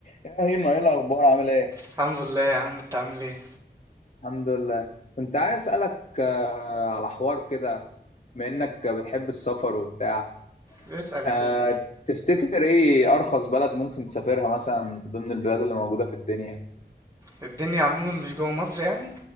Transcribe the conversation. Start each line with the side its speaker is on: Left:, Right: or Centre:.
Left: يا هيما ايه الاخبار عامل ايه
Right: الحمد لله يا عم انت عامل ايه
Left: الحمد لله كنت عايز أسألك آه، على حوار كده بما إنك بتحب السفر وبتاع
Right: اسأل يا
Left: آه،
Right: اخويا
Left: تفتكر إيه أرخص بلد ممكن تسافرها مثلا ضمن البلاد اللي موجودة في الدنيا؟
Right: الدنيا عموما مش جوه مصر يعني